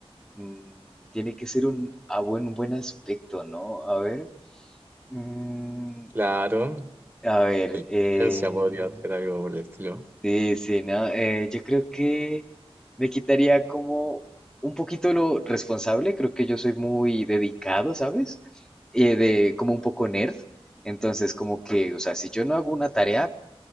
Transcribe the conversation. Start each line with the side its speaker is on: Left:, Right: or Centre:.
Centre: mm, tiene que ser un, a buen, un buen aspecto, ¿no? A ver. mm,
Right: Claro.
Centre: a
Right: Inteligencia
Centre: ver. eh,
Right: podría ser algo por el estilo.
Centre: sí, sí, ¿no? eh, yo creo que me quitaría como un poquito lo responsable. Creo que yo soy muy dedicado, ¿sabes? Eh, de, como un poco nerd. Entonces, como que, o sea, si yo no hago una tarea,